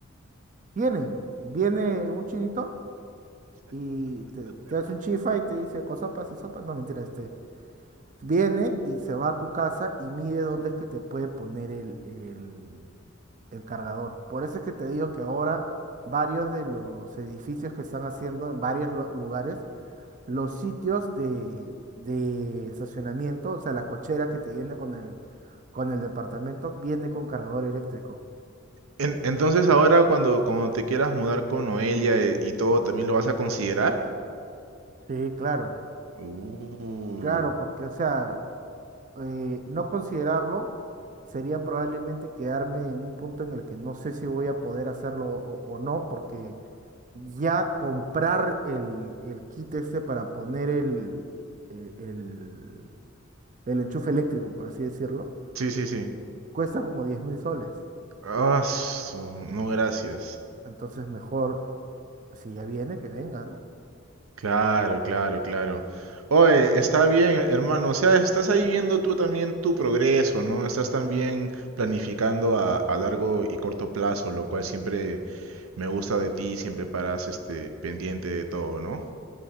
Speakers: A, on the right (about 40°); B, on the right (about 85°).
A: vienen viene un chinito y te, te hace un chifa y te dice cosopas y sopas. No, mentira, este. Viene y se va a tu casa y mide dónde es que te puede poner el, el, el cargador. Por eso es que te digo que ahora varios de los edificios que están haciendo en varios lu- lugares, los sitios de, de estacionamiento, o sea, la cochera que te viene con el, con el departamento, viene con cargador eléctrico.
B: En- entonces ahora cuando, cuando te quieras mudar con Noelia eh, y todo, ¿también lo vas a considerar?
A: Sí, claro,
B: Uh,
A: claro, porque, o sea. eh, no considerarlo sería probablemente quedarme en un punto en el que no sé si voy a poder hacerlo o, o no, porque ya comprar el, el kit este para poner el, el, el- el enchufe eléctrico, por así decirlo,
B: sí, sí, sí.
A: cuesta como diez mil soles.
B: Ah, su- no, gracias.
A: Entonces mejor, si ya viene, que venga, ¿no?
B: Claro, claro, claro. Oye, está bien, hermano. O sea, estás ahí viendo tú también tu progreso, ¿no? Estás también planificando a, a largo y corto plazo, lo cual siempre me gusta de ti, siempre paras este pendiente de todo, ¿no?